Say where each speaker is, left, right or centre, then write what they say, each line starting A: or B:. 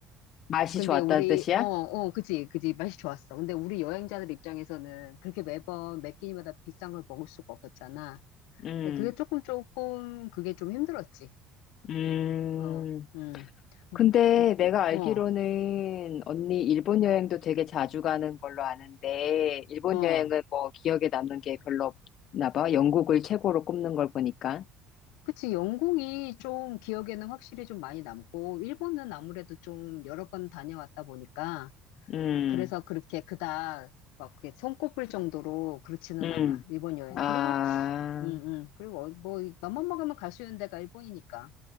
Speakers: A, on the left; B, on the left.
A: 맛이
B: 근데
A: 좋았다는
B: 우리
A: 뜻이야?
B: 어, 어, 그지, 그지 맛이 좋았어. 근데 우리 여행자들 입장에서는 그렇게 매번 매 끼니마다 비싼 걸 먹을 수가 없었잖아.
A: 음,
B: 근데 그게 조금 조금 그게 좀 힘들었지.
A: 음.
B: 어, 음, 음,
A: 근데
B: 음.
A: 내가 알기로는
B: 어,
A: 언니 일본 여행도 되게 자주 가는 걸로 아는데, 일본
B: 어.
A: 여행은 뭐 기억에 남는 게 별로 없나 봐. 영국을 최고로 꼽는 걸 보니까.
B: 그치, 영국이 좀 기억에는 확실히 좀 많이 남고, 일본은 아무래도 좀 여러 번 다녀왔다 보니까,
A: 음,
B: 음, 그래서 그렇게 그닥 막 그게 손꼽을 정도로 그렇지는
A: 음.
B: 않아, 일본 여행.
A: 아.
B: 그리고, 음, 음, 그리고 어, 뭐, 맘만 먹으면 갈 수 있는 데가 일본이니까.